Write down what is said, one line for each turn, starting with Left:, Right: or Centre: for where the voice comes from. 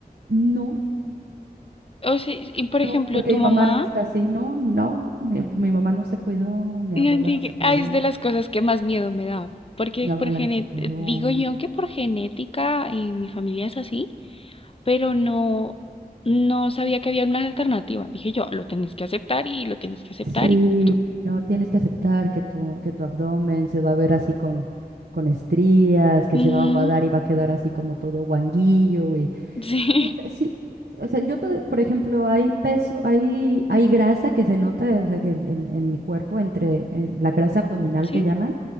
Right: no.
Left: O sea, y por
Right: No,
Left: ejemplo,
Right: porque
Left: tu
Right: mi
Left: mamá,
Right: mamá no está así, no, no, no, mi, mi mamá no se cuidó, mi
Left: no
Right: abuela
Left: entiendo,
Right: no se cuidó,
Left: ah, es de las cosas que más miedo me da. Porque
Right: mi abuela
Left: por gene-
Right: no se cuidó.
Left: digo yo que por genética eh, mi familia es así, pero no, no sabía que había una alternativa. Dije yo, lo tenés que aceptar y lo tenés que aceptar
Right: Sí,
Left: y punto.
Right: no, tienes que aceptar que tu, que tu abdomen se va a ver así con, con estrías, que
Left: Ujú.
Right: se va a aguadar y va a quedar así como todo guanguillo y
Left: Sí,
Right: no, o sea, sí, o sea, yo, to- por ejemplo, hay peso, hay, hay grasa que se nota, o sea, que en, en mi cuerpo, entre en la grasa abdominal
Left: <laughs>
Right: que llaman,
Left: sí,